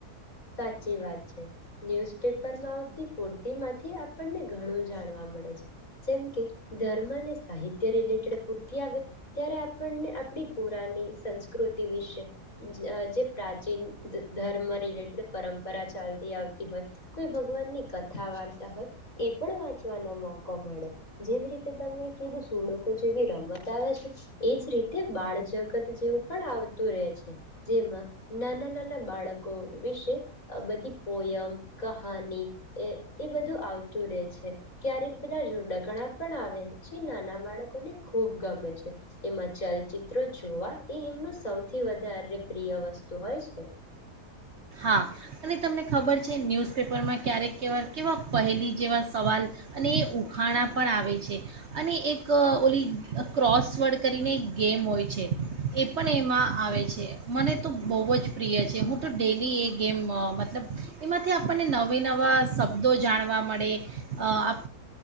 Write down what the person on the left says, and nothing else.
સાચી વાત છે ન્યૂઝપેપરમાં આવતી પૂર્તિમાંથી આપણને ઘણું જાણવા મળે છે. જેમ કે ધર્મ અને સાહિત્ય રિલેટેડ પૂરતી આવે ત્યારે આપણને આપણી પુરાની સંસ્કૃતિ વિશે જ જે પ્રાચીન ધ ધર્મ રિલેટેડ પરંપરા ચાલતી આવતી હોય કોઈ ભગવાનની કથા વાર્તા હોય એ પણ વાંચવાનો મોકો મળે જેવી રીતે તમે કીધું સુળકો જેવી રમત આવે છે, એ જ રીતે બાળ જગત જેવું પણ આવતું રહે છે. જેમાં નાના નાના બાળકો વિશે બધી પોયમ કહાની એ એ બધું આવતું રહેે છે, ક્યારેક પેલા જોડાકણા પણ આવે જે નાના બાળકોને ખૂબ ગમે છે. એમાં ચલચિત્રો જોવા એ એમનું સૌથી વધારે પ્રિય વસ્તુ હોય છે.